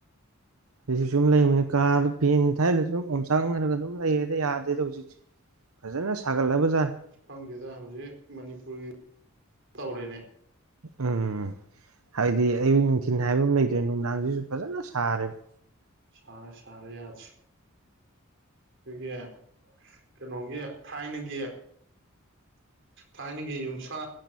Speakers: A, on the right; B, on the right.
A: ꯑꯩꯁꯨ ꯁꯨꯝ ꯂꯩꯕꯅꯤ ꯀꯥꯗ ꯐꯦꯟ ꯊꯥꯏꯗ ꯑꯗꯨꯨꯝ ꯑꯣꯝꯆꯥꯡꯈꯔꯒ ꯑꯗꯨꯝ ꯂꯩꯔꯦꯗ ꯌꯥꯗꯦꯗ ꯍꯧꯖꯤꯛ ꯐꯖꯅ ꯁꯥꯒꯠꯂꯕꯖꯥꯔ
B: ꯈꯪꯗꯦꯗ ꯍꯧꯖꯤꯛ ꯃꯅꯤꯄꯨꯔꯒꯤ ꯇꯧꯔꯦꯅꯦ
A: ꯎꯝ ꯍꯥꯏꯕꯗꯤ ꯑꯌꯨꯛ ꯅꯨꯡꯊꯤꯟ ꯍꯥꯏꯕ ꯑꯃ ꯂꯩꯇ꯭ꯔꯦ ꯅꯨꯡꯗꯥꯡꯁꯤꯁꯨ ꯐꯖꯅ ꯁꯥꯔꯦꯕ
B: ꯁꯥꯔꯦ ꯁꯥꯔꯦ ꯑꯁ ꯑꯩꯈꯣꯏꯒꯤ ꯀꯩꯅꯣꯒꯤ ꯊꯥꯏꯅꯒꯤ ꯊꯥꯏꯅꯒꯤ ꯌꯨꯝꯁꯥ